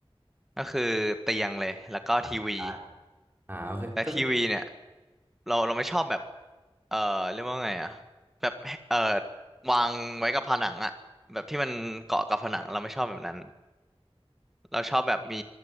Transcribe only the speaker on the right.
อ่ะใช่อ่าโอเคก็คือ